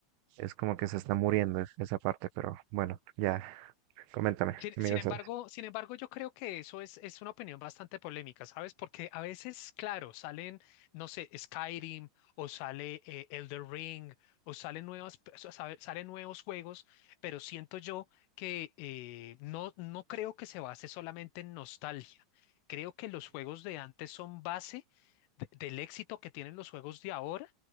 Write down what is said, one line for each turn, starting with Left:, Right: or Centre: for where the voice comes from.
Right: es como que se está muriendo es- esa parte, pero bueno, ya, coméntame,
Left: Sin,
Right: ¿qué me
Left: sin
Right: ibas
Left: embargo,
Right: a decir?
Left: sin embargo, yo creo que eso es, es una opinión bastante polémica, ¿sabes? Porque a veces, claro, salen, no sé, Skyrim o sale eh, Elder Ring o salen nuevas, pe- o sabe- salen nuevos juegos, pero siento yo que eh, no, no creo que se base solamente en nostalgia. Creo que los juegos de antes son base de- del éxito que tienen los juegos de ahora.